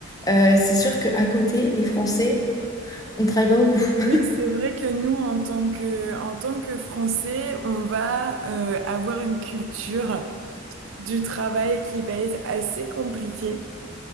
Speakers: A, on the left (about 20°); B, on the right (about 70°).
A: euh, c'est sûr qu'à côté, les Français, on ne travaille pas beaucoup. <laughs>
B: oui, c'est vrai que nous, en tant que, en tant que Français, on va euh, avoir une culture. du travail qui va être assez compliqué.